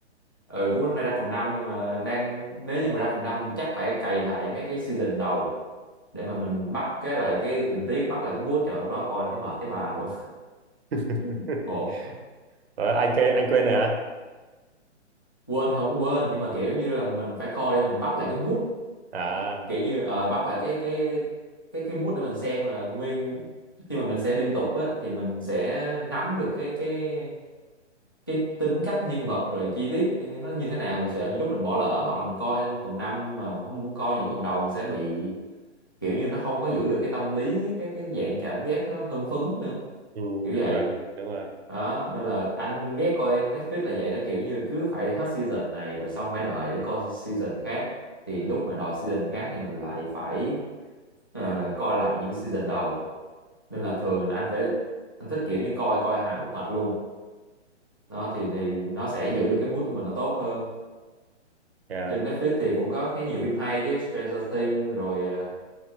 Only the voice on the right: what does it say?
<laughs>
Ờ, anh kê anh quên rồi hả?
À
ừ,
đúng
rồi, đúng rồi.
Ừ.
Yeah.